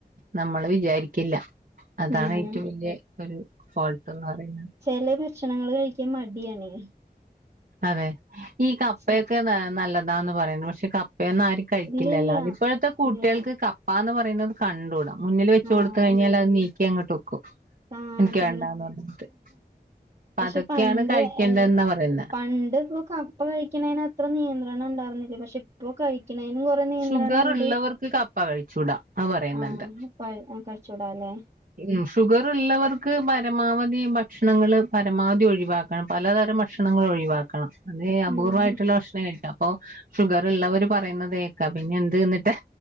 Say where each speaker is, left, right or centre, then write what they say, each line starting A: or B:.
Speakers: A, on the right; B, on the right.
A: നമ്മള് വിചാരിക്കില്ല അതാണ്
B: ഉം
A: ഏറ്റം വല്യ ഒര് ഫോൾട്ടെന്ന് പറിണ്
B: ചെല ഭക്ഷണങ്ങള് കഴിക്കാൻ മടിയാണെ
A: അതെ ഈ കപ്പയൊക്കെ
B: സെ
A: നല്ലതാന്ന് പറയ്ന്ന് പക്ഷെ ക പ്പയൊന്നാരും കഴിക്കില്ലല്ലോ?
B: ഇല്ലില്ല
A: ഇപ്പഴത്തെ കുട്ടേൾക്ക്
B: ഇല്ല ഇല്ല
A: കപ്പാന്ന് പറയ്ന്നത് കണ്ടൂടാ മുന്നില് വെച്ച്
B: ആഹ്
A: കൊട്ത്ത് കഴിഞ്ഞാലത് നീക്കിയങ്ങട്ട് വെക്കും
B: ആഹ്
A: എനിക്ക്
B: അതന്നെ
A: വേണ്ടാന്ന് പറഞ്ഞിട്ട് അപ്പൊ
B: പക്ഷെ
A: അതൊക്കെയാണ്
B: പണ്ട്
A: കഴിക്കേണ്ടതെന്നാ
B: ഏ
A: പറയുന്നത്
B: പണ്ട്പ്പൊ ക പ്പ കഴിക്ക്ണേനത്ര നിയന്ത്രണണ്ടാറ്ന്നില്ല പക്ഷെ ഇപ്പൊ കഴിക്ക്ണേനും കൊറെ നിയന്ത്രണം
A: ഷുഗർ
B: ഇണ്ട്
A: ഉള്ളവർക്ക് കപ്പ കഴിച്ചൂടാ അത് പറയുന്നുണ്ട്
B: ആഹ് പ ആഹ് കഴിച്ചൂട ല്ലേ
A: ഉം ഷുഗറ് ള്ളവർക്ക് പരമാവധി ഭക്ഷണങ്ങള് പരമാവധി ഒഴിവാ ക്കണം പലതരം ഭക്ഷണങ്ങള് ഒഴിവാക്കണം അത് അപൂർവ്വായിട്ട്ള്ള
B: ഉം
A: ഭക്ഷണേ കഴിക്കാ ഓഹ് ഷുഗറ് ള്ളവര് പറിയ്ന്നത് കേക്കാ പിന്നെ എന്ത്ന്നിട്ടാ